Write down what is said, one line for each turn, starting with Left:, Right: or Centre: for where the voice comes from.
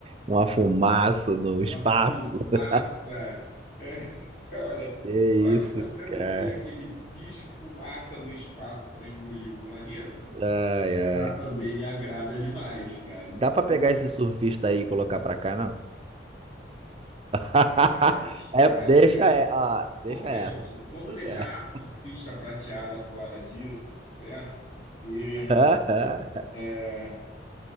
Right: Uma fumaça no espaço.
Left: uma fumaça.
Right: <laughs>
Left: é, <laughs> olha,
Right: Que
Left: só de
Right: isso,
Left: você não
Right: cara.
Left: ter aquele bicho fumaça do espaço para engolir o planeta,
Right: Ai, ai.
Left: já também me agrada demais, cara. Então,
Right: Dá pra pegar esse surfista aí e colocar pra cá, não?
Left: rapaz,
Right: <laughs> É,
Left: olha,
Right: deixa,
Left: deixa,
Right: é, ó, deixa
Left: vamos deixar,
Right: essa.
Left: o sur- vamos
Right: Deixa
Left: deixar
Right: essa.
Left: a surfista prateada fora disso, certo? Porque
Right: <laughs>
Left: é,